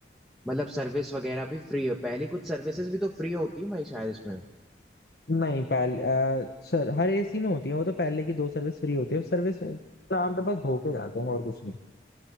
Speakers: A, in the centre; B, on the left (about 60°).
A: मतलब सर्विस वगैरह भी फ्री है पहली कुछ सर्विसेज भी तो फ्री होती है भाई शायद इसमें
B: नहीं पहले अ, सर हर एसी में होती है वो तो पहले की दो सर्विस फ्री होती है सर्विस नाम पे बस धोखे जाते हैं और कुछ नहीं